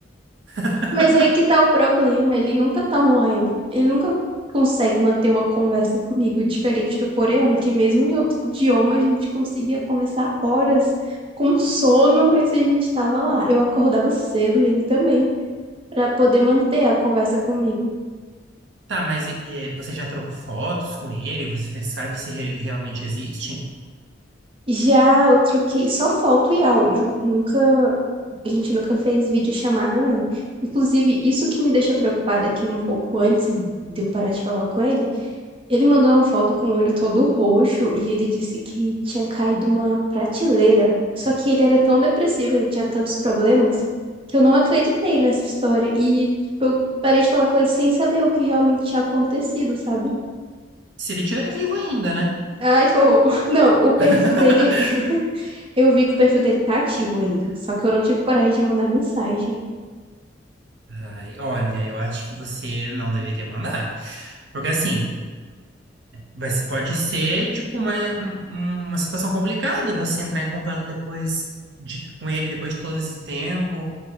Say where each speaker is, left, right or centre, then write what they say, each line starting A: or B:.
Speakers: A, on the right (about 70°); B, on the right (about 30°).
A: <laughs>
B: Mas aí que tá o problema, ele nunca tá online. Ele nunca consegue manter uma conversa comigo, diferente do coreano, que mesmo em outro idioma a gente conseguia conversar horas com sono, mas a gente tava lá. Eu acordava cedo e ele também, pra poder manter a conversa comigo.
A: Tá, mas e- e você já trocou fotos com ele? Você sabe se ele realmente existe?
B: Já eu troquei só foto e áudio. Nunca, a gente nunca fez videochamada, não. Inclusive, isso que me deixa preocupada é que um pouco antes de eu parar de falar com ele, ele mandou uma foto com o olho todo roxo e ele disse que tinha caído uma prateleira. Só que ele era tão depressivo, ele tinha tantos problemas, que eu não acreditei nessa história. E tipo, eu parei de falar com ele sem saber o que realmente tinha acontecido, sabe?
A: Se ele estiver vivo ainda, né?
B: Ai, que horror. <laughs> Não, o perfil
A: <laughs>
B: dele Eu vi que o perfil dele tá ativo ainda, só que eu não tive coragem de mandar mensagem.
A: Ai, olha, eu acho que você não deveria mandar. Porque assim, vai pode ser tipo uma, um- uma situação complicada você entrar em contato depois de- com ele depois de todo esse tempo.